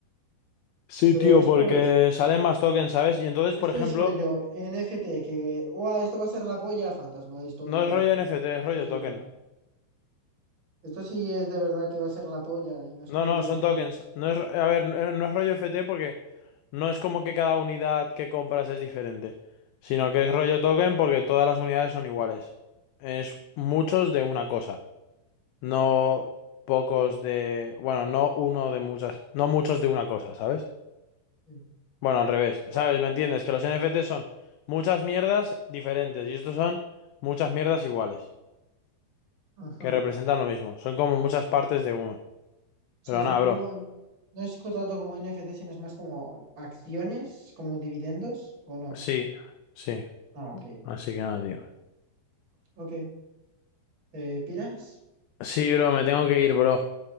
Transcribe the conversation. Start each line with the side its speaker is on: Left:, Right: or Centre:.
Left: Sí,
Right: Pero
Left: tío,
Right: esto
Left: porque
Right: es,
Left: salen más tokens, ¿sabes? Y entonces,
Right: esto
Left: por ejemplo,
Right: es rollo NFT, que, ¡guau! Esto va a ser la polla, fantasma histórica.
Left: no es rollo NFT, es
Right: Esto
Left: rollo
Right: es de
Left: token.
Right: verdad. Esto sí es de verdad que va a ser la polla y no es
Left: No,
Right: como
Left: no,
Right: el NFT
Left: son tokens.
Right: que...
Left: No es, a ver, no no es rollo F T porque no es como que cada unidad que compras es diferente, sino que es rollo
Right: Ya.
Left: token porque todas las unidades son iguales. Es muchos de una cosa, no pocos de, bueno, no uno de muchas, no muchos de una cosa, ¿sabes?
Right: Sí.
Left: Bueno, al revés, ¿sabes? ¿Me entiendes? Que los N F T son muchas mierdas diferentes y estos son muchas mierdas iguales,
Right: Ajá.
Left: que representan lo mismo. Son como muchas partes de uno.
Right: Sí,
Left: Pero
Right: son
Left: nada,
Right: como,
Left: bro.
Right: no es co- tanto como NFT, sino es más como acciones, como dividendos, ¿o no?
Left: Sí, sí.
Right: Ah, ok,
Left: Así que nada,
Right: vale.
Left: tío.
Right: Ok, ¿te piras?
Left: Sí, bro, me tengo que ir, bro.